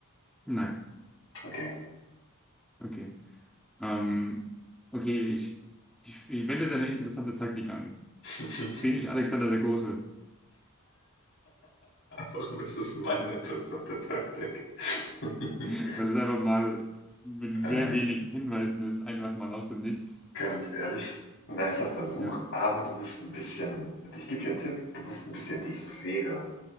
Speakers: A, in the centre; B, on the left.
A: Nein.
B: Okay.
A: Okay. Ähm, okay, ich, ich, ich wende jetzt eine interessante Taktik an.
B: <laughs>
A: Bin ich Alexander der Große?
B: Warum ist das meine interessante Taktik? <laughs>
A: <laughs> Weil es einfach mal mit
B: Ähm,
A: sehr wenig Hinweisen ist, einfach mal aus dem Nichts.
B: ganz ehrlich, nicer Versuch,
A: Ja.
B: aber du musst ein bisschen, ich gebe dir einen Tipp, du musst ein bisschen die Sphäre